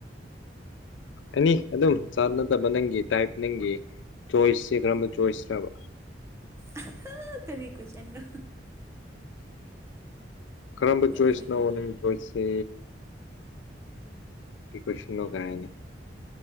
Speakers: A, on the left; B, on the right.
A: ꯑꯅꯤ ꯑꯗꯨꯝ ꯖꯥꯠ ꯅꯠꯇꯕ ꯅꯪꯒꯤ ꯇꯥꯏꯞ ꯅꯪꯒꯤ ꯆꯣꯏꯁꯁꯦ ꯀꯔꯝꯕ ꯆꯣꯏꯁꯔꯕ
B: ꯑꯍꯥ ꯀꯔꯤ ꯀꯣꯢꯁꯟꯅꯣ
A: ꯀꯔꯝꯕ
B: ꯅꯣꯛꯅꯤꯡꯉꯤ
A: ꯆꯣꯏꯁꯅꯣ ꯅꯪ ꯆꯣꯏꯁꯁꯦ ꯀꯔꯤ ꯀꯣꯢꯁꯟꯅꯣ ꯒꯥꯏꯅ